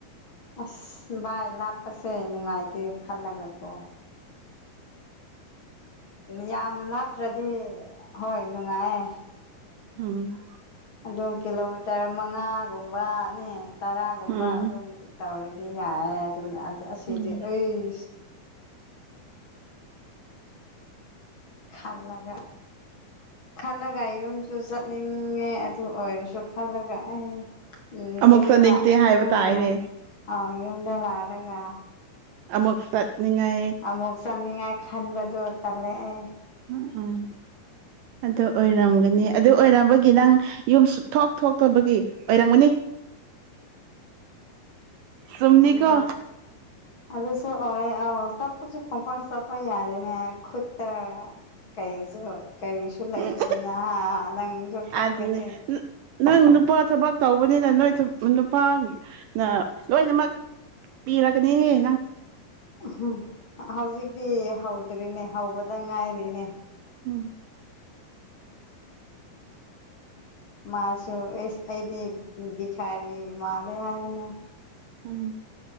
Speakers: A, on the left (about 35°); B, on the right (about 75°).
A: ꯑꯁ ꯚꯥꯏ ꯂꯥꯞꯄꯁꯦ ꯅꯨꯡꯉꯥꯏꯇꯦ ꯈꯜꯂꯒꯀꯣ ꯌꯥꯝ ꯂꯥꯞꯇ꯭ꯔꯗꯤ ꯍꯣꯏ ꯅꯨꯡꯉꯥꯏꯦ
B: ꯑꯝ
A: ꯑꯗꯨꯝ ꯀꯤꯂꯣꯃꯤꯇꯔ ꯃꯉꯥꯒꯨꯝꯕꯅꯦ ꯇꯔꯥꯒꯨꯝꯕ
B: ꯎꯝ
A: ꯑꯗꯨꯝ ꯇꯧꯔꯤ ꯗꯤ ꯌꯥꯔꯦ ꯑꯗꯨꯝ ꯑꯁꯤꯗꯤ
B: ꯎꯝ
A: ꯑꯩ ꯈꯜ ꯂꯒꯒ ꯈꯜꯂꯒ ꯌꯨꯝꯁꯨ ꯆꯠꯅꯤꯡꯉꯦ ꯑꯗꯨ ꯑꯣꯏꯔꯁꯨ ꯈꯜꯂꯒ ꯑꯩ ꯎꯝ
B: ꯑꯃꯨꯛ
A: ꯌꯨꯝ
B: ꯆꯠꯅꯤꯡꯗꯦ
A: ꯂ
B: ꯍꯥꯏꯕ
A: ꯎꯝ
B: ꯇꯥꯏꯅꯦ
A: ꯑ ꯌꯨꯝꯗ ꯂꯥꯛꯑꯔꯒ
B: ꯑꯃꯨꯛ ꯆꯠꯅꯤꯡꯉꯥꯏ
A: ꯑꯃꯨꯛ ꯆꯥꯅꯤꯡꯉꯥꯏ ꯈꯟꯕꯗꯣ ꯇꯜꯂꯛꯑꯦ
B: ꯑꯥ ꯑꯗꯨ ꯑꯣꯏꯔꯝꯒꯅꯤ ꯑꯗꯨ ꯑꯣꯏꯔꯝꯕꯒꯤ ꯅꯪ ꯌꯨꯝ ꯊꯣꯛ ꯊꯣꯛ ꯊꯄꯒꯤ ꯑꯣꯏꯔꯝꯒꯅꯤ ꯆꯨꯝꯅꯤꯀꯣ
A: ꯍꯪꯗ ꯑꯗꯨꯁꯨ ꯍ ꯑ ꯁꯄꯁꯨ ꯄꯪꯄꯪ ꯁꯞꯄ ꯌꯥꯔꯦꯅꯦ ꯈꯨꯠꯇ ꯀꯔꯤꯁꯨ ꯀꯔꯤꯁꯨ ꯂꯩꯗꯦꯗꯅ
B: ꯎꯝ
A: ꯅꯪꯁꯨ ꯈꯪꯒꯅꯤ
B: ꯑꯗꯨꯅꯦ ꯅꯪ ꯅꯨꯄꯥ ꯊꯕꯛ ꯇꯧꯕꯅꯤꯅ ꯅꯣꯏ ꯅꯨꯄꯥꯅ ꯂꯣꯏꯅꯃꯛ ꯄꯤꯔ ꯀꯅꯤ
A: ꯝ ꯍꯧꯖꯤꯛꯇꯤ ꯍꯧꯗ꯭ꯔꯤꯅꯦ ꯍꯧꯕꯗ ꯉꯥꯏꯔꯤꯅꯦ
B: ꯎꯝ
A: ꯃꯥ ꯁꯨ ꯑꯩꯗꯤ ꯕꯤꯈꯥꯔꯤ ꯃꯥꯜꯂꯦ ꯍꯥꯏꯕꯅꯦ
B: ꯎꯝ